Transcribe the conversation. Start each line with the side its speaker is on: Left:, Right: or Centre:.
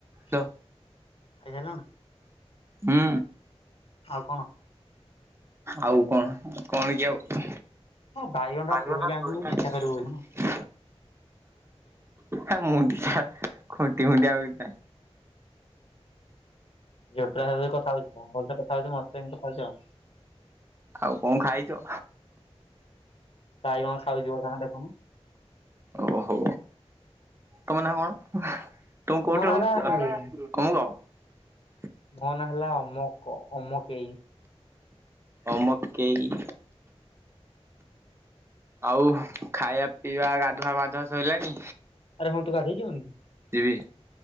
Left: ଖାଇସାଆଇଲାଣି
Right: ତ ହୁଁ
Left: ଆଉ କଣ?
Right: ଆଉ କଣ କଣ କି ଆଉ
Left: ହଁ ବାଇଗଣ ଟା ତୋଳିକି
Right: <inaudible>
Left: ଆଣିଥିଲୁ ଚିନ୍ତା କରିବୁ ବୋଲି ନା।
Right: <inaudible> ମୁଣ୍ଡିଆ ଖୁଣ୍ଟି ମୁୁଣ୍ଡିଆ ବିଥାଏ।
Left: ଝିଅ ପିଲାଙ୍କ ସହିତ କଥା ହଉଛୁ ଭଲସ କଥା ହଉଛୁ ମୋ ସହିତ ଏମିତି କଥା ହଉଛୁ ଆଉ।
Right: ଆଉ କଣ ଖାଇଛ?
Left: ବାଇଗଣ ଖାଉଛି ଗୋଟେ ସାଙ୍ଗେ ଦେଖୁନୁ।
Right: ଓ ହୋ ତମେ କଣ? ତମ କୋଉଠି
Left: ମୋ ନାଁ
Right: ରହୁଛ?
Left: ହେଲା ଇଏ
Right: <inaudible>
Left: ମୋ ନା ହେଲା ଅମକ ଅମକେଇ
Right: ଅମକେଇ ଆଉ ଖାଇବା ପିଇବା ଗାଧୁଆ ପାଧୁଆ ସଇଲାଣି।
Left: ଆରେ ହଁ ତୁ ଗଧେଇଯିବୁନି କି?
Right: ଯିବି